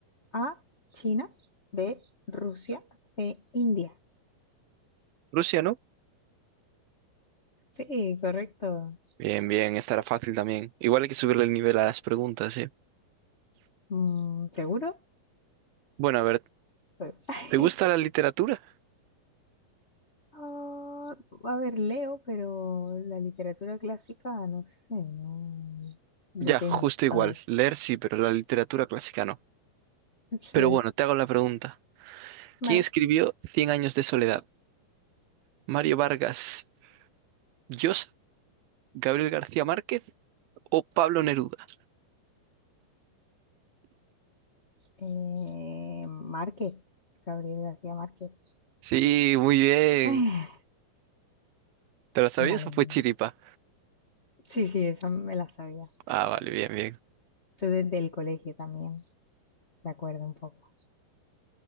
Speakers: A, on the left; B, on the right.
A: A, China, B, Rusia, C, India.
B: Rusia, ¿no?
A: Sí, correcto.
B: Bien, bien, estará fácil también. Igual hay que subirle el nivel a las preguntas, ¿eh?
A: Mm, ¿seguro?
B: Bueno, a ver,
A: Pues, <laughs>
B: ¿te gusta la literatura?
A: Ah, a ver, leo, pero la literatura clásica, no sé, no. Depende.
B: Ya, justo igual.
A: A ver.
B: Leer sí, pero la literatura clásica no.
A: Sí.
B: Pero bueno, te hago la pregunta.
A: Vale.
B: ¿Quién escribió Cien años de soledad? ¿Mario Vargas Llosa, Gabriel García Márquez o Pablo Neruda?
A: Eh, Márquez. Gabriel García Márquez.
B: Sí, muy bien.
A: <laughs> Ah,
B: ¿Te lo sabías
A: Vale.
B: o fue chiripa?
A: Sí, sí, esa me la sabía.
B: Ah, vale, bien, bien.
A: Yo desde el colegio también, de acuerdo un poco.